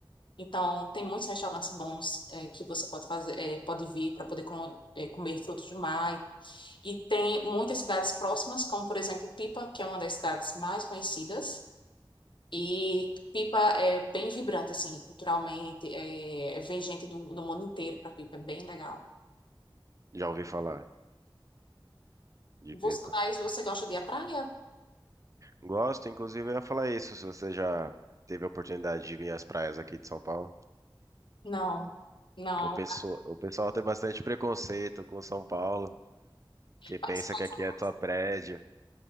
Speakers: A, on the left (about 65°); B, on the right (about 40°).
A: Então, tem muitos restaurantes bons é, que você pode fazer, é, pode vir para poder com- é, comer frutos do mar. E tem muitas cidades próximas, como por exemplo Pipa, que é uma das cidades mais conhecidas. E Pipa é bem vibrante, assim, culturalmente. é, vem gente do, do mundo inteiro para Pipa, é bem legal.
B: Já ouvi falar de
A: Você,
B: Pipa.
A: mas você gosta de ir à praia?
B: Gosto, inclusive, eu ia falar isso, se você já teve a oportunidade de vir às praias aqui de São Paulo.
A: Não, não.
B: que o pessoal, o pessoal tem bastante preconceito com São Paulo, que pensa
A: As praias
B: que aqui
A: são
B: é
A: boas,
B: só prédio,